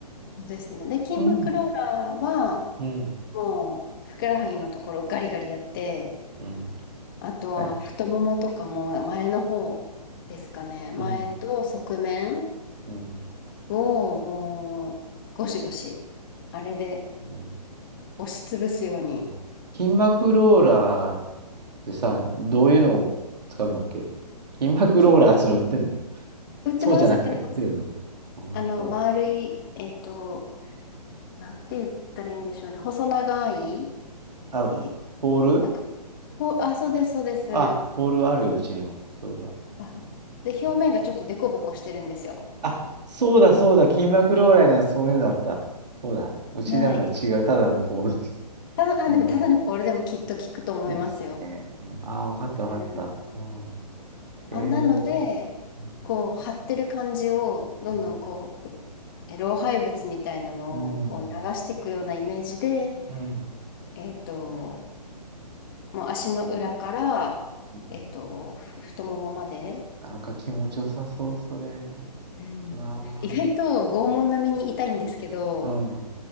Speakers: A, on the left; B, on the right.
A: そうですね。で、筋膜ローラーは、
B: うん。うん。
A: もう、ふくらはぎのところガリガリやって、
B: うん。
A: あとは太ももとかも前の方ですかね。
B: はい。
A: 前と側面
B: うん。うん。
A: をもうゴシゴシ、あれで
B: うん
A: 押しつぶすように。
B: そう筋膜ローラーってさ、どういうのを使うんだっけ筋膜ローラーっていうの売ってんの
A: 筋膜、売ってます、
B: そうじゃなくて売ってるの
A: 売ってます。
B: あ、本当。
A: あの、丸い、えっと、なんて言ったらいいんでしょうね。細長い、
B: あ、
A: えー
B: ポール
A: なんか、ぽあ、そうです、そうです。
B: あ、ポールあるよ、うちにも。そういえば。
A: あ、で、
B: あった。
A: 表面がちょっとデコボコしてるんですよ。
B: あ、そうだ、そうだ。筋膜ローラーにはそういうのだった。そうだ。うちなのは違う。
A: はい。
B: ただのポールだけ
A: ただ、あ、
B: ど。
A: でもただのポールでもきっと効くと思いますよ。
B: うん。ね、きつね。うん、ああ、わかった、
A: うん
B: わかった。うん。えー。
A: あ、なので、
B: う
A: こう、張ってる感じを、どんどんこう、
B: ん。
A: え老廃物みたいなのをこう流していくようなイメージで、
B: うん。うん。うん。
A: えっと、もう足の裏から、
B: うん
A: えっと、ふ太ももまで、
B: なんか気持ちよさそう、それ。
A: うん、
B: うわ
A: 意外と拷問並みに痛いんですけど、
B: あ。うん。